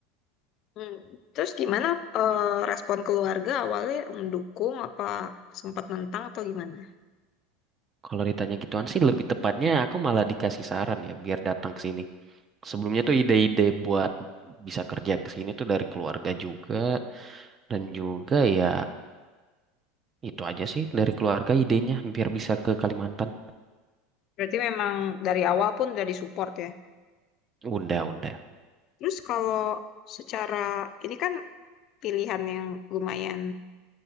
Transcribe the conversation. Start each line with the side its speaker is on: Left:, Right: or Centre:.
Left: Hmm. Terus gimana eh, respon keluarga awalnya mendukung apa sempat nentang atau gimana?
Right: Kalau ditanya gituan sih lebih tepatnya aku malah dikasih saran ya biar datang ke sini. Sebelumnya tuh ide-ide buat bisa kerja ke sini tuh dari keluarga juga dan juga ya Itu aja sih dari keluarga idenya biar bisa ke Kalimantan.
Left: Berarti memang dari awal pun udah disupport ya.
Right: Udah, udah.
Left: Terus kalau secara ini kan pilihan yang lumayan